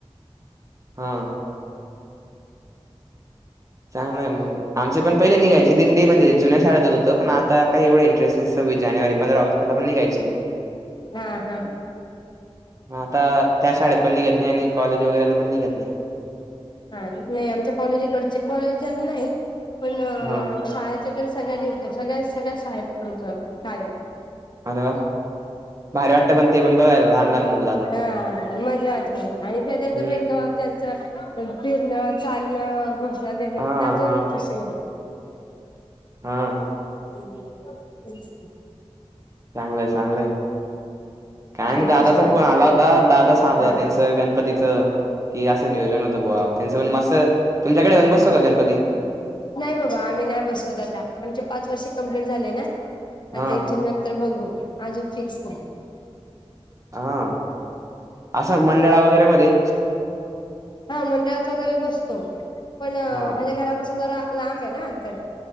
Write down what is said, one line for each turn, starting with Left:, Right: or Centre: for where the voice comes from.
Right: हा. चांगलंय मग आमचे पण पहिले निघायचे दिंडी म्हणजे जुन्या शाळेत होत पण आता काही एवढं इंटरेस्ट नाही. सव्वीस जानेवारी पंधरा ऑगस्त ला पण निघायची
Left: हां हां.
Right: ह आता त्या शाळेत पण निघत नाही आणि कॉलेज वगैरेला पण निघत नाही.
Left: हा नाही आमच्या कॉलेजीकडचे कॉलेजला नाही पण
Right: हा
Left: शाळेच तरी सगळ्या हे हुतं सगळ्या सगळ्या शाळेततं होत काय
Right: अरे वा भारी वाटत पण ते पण बघायला लहान लहान मुल
Left: हा मजा आसते आणि त्याच्यानंतर
Right: हम्म.
Left: मेकअप त्यांचं फिरणं चालणं घोषणा शना देण ना
Right: हां
Left: त्याजून इटरेस्टीग होत
Right: हा..
Left: हम्..
Right: चांगलंय चांगलंय हे काय
Left: छान
Right: नाही दादाचा
Left: तशी बाकी
Right: फोन आला होता दादा सांग होता
Left: हा
Right: त्यांचं गणपतीचं कि असं नियोजन होतं बुवा त्यांचं पण मस्त, तुमच्याकडे बसतो का गणपती?
Left: नाही बाबा आम्ही नाही बसवत आता आमचे पाच वर्षे कमप्लीट झाले ना
Right: हां.
Left: आता इथूनंतर तर बघू अजून फिक्स नाही.
Right: हां. असं मंडळा वगैरे मध्ये
Left: हा मंडळात वैगरे बसतो पण
Right: हां.
Left: माझ्या घरापासून जरा लांब आहे ना अंतर.